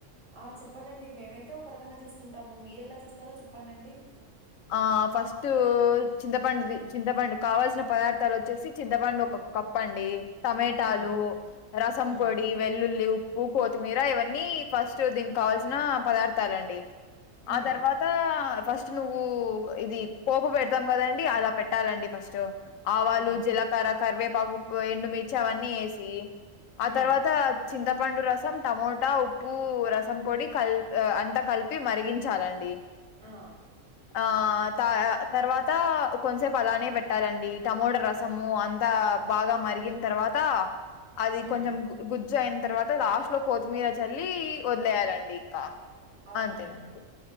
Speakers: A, on the right; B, on the left.
A: ఆ చెప్పనండి మేమైతే ఒక రకంగా చేసుకుంటాము మీరు ఎలా చేస్తారో చెప్పండిండి
B: ఆ ఫస్ట్ చింతపండుది చింతపండు కావల్సిన పదార్థాలు వచ్చేసి చింతపండు ఒక కప్పు చెప్పండి టమటాలు
A: హ్మ్.
B: రసం
A: హ్మ్.
B: పొడి వెల్లుల్లి ఉప్పు కొత్తిమీర ఇవన్నీ ఫస్ట్ దీనికి కావాల్సిన పదార్థాలండి
A: హ్మ్.
B: ఆ తర్వాత ఫస్ట్ నువ్వు ఇది పోపు పెడతాం కదండి అలా పెట్టాలండి ఫస్ట్ ఆవాలు
A: ఆ!
B: జీలకర కరివేపాకు ఎండుమిిర్చి అవన్నీ వేసి
A: హ్మ్.
B: ఆ తర్వాత చింతపండు రసం టమోటా ఉప్పు రసం పొడి కల్ అంతా కలిపి మరిగించాలండి
A: ఆ
B: ఆ త తర్వాత కొంచసేపు అలానే పెట్టాలండి టమోట రసము అంతా బాగా మరిగిన తర్వాత అది
A: హ్మ్.
B: కొంచెం గుజ్జు అయిన తర్వాత లాస్ట్ లో కొత్తిమీర చల్లి వదిలేయాలండి ఇంకా
A: అవునా
B: అంతే అండి